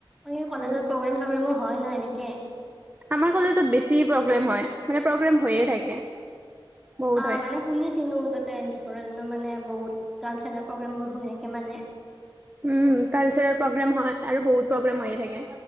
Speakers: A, in the centre; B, on the right.
A: মই কলেজত
B: উম,
A: প্ৰগ্ৰেম চগ্ৰমো হয় ন এনেকে
B: আমাৰ কলেজত বেছি প্ৰগ্ৰেম হয় মানে প্ৰগ্ৰেম হৈয়ে থাকে। বহুত
A: অ
B: হয়।
A: মানে শুনিছিলো তে মানে বহুত কালচাৰেল প্ৰগ্ৰেমবোৰ হৈ থোকে মানে।
B: উম কালচাৰেল প্ৰগ্ৰেম হয় আৰু বহুত প্ৰগ্ৰেম হৈয়ে থাকে।